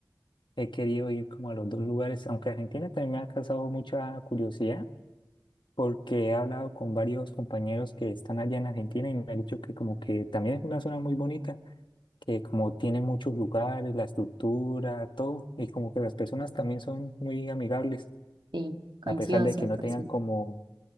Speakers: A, on the left; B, on the right.
A: he querido ir como a los dos lugares, aunque Argentina también me ha causado mucha curiosidad porque he hablado con varios compañeros que están allá en Argentina y me han dicho que como que también es una zona muy bonita, que como tiene muchos lugares, la estructura, todo, y como que las personas también son muy amigables,
B: Sí, coincido
A: a pesar de
B: cien
A: que no
B: por
A: tengan
B: ciento.
A: como,